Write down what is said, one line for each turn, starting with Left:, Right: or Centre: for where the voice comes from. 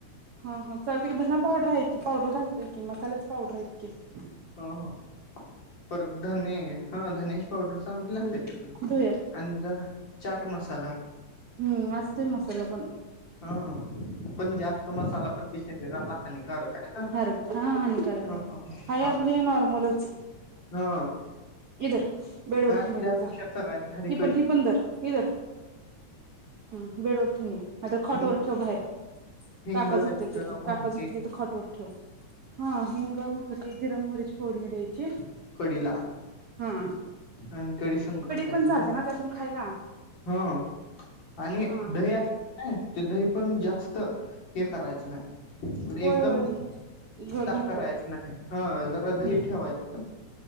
Right: हं हं चालतय की धना पावडर आहे की, पावडर घालतोय की, मसाल्याच पावडर आहेत की.
Left: हं हं, परत धने हा धन्याची पावडर चांगली लागत्या
Right: हम्म
Left: ते पण,
Right: धुयात
Left: आणि जरा चाट मसाला
Right: हम्म असतय मसाला पण.
Left: हं, पण जास्त मसाला पण शरीराला हानिकारक आहे ना.
Right: हरक हा हानिकारक
Left: हा.
Right: हाय, हाय आपलं
Left: अस
Right: हे नॉर्मलच
Left: हा
Right: हे धर बेड वर
Left: काय
Right: ठेऊन ये
Left: त्यापेक्षा
Right: जा जा,
Left: सगळ्यात भारी
Right: हे
Left: कडी
Right: पण हे पण धर हे धर हां बेडवर ठेवून ये नाहीतर खाटवर
Left: हिंग
Right: ठेव बाहेर,
Left: हिंग,
Right: काका झोपतेत
Left: जिरं,
Right: तिथं
Left: मोहरी
Right: काका झोपतेत तिथं खाट वर. ठेव, हां हिंग, मोहरी, जिर मोहरीची फोडणी द्यायची
Left: कडीला
Right: हा
Left: आणि कडी संग खायच
Right: पण
Left: मग,
Right: चालते ना त्यातून खायला
Left: हं. आणि
Right: हा
Left: दही असत कणी ते दही पण जास्त हे करायचं नाही
Right: होय
Left: एकदम
Right: होय घ घट्ट
Left: ताक करायचं नाही, हा जरा
Right: हम्म
Left: दही ठेवायचं.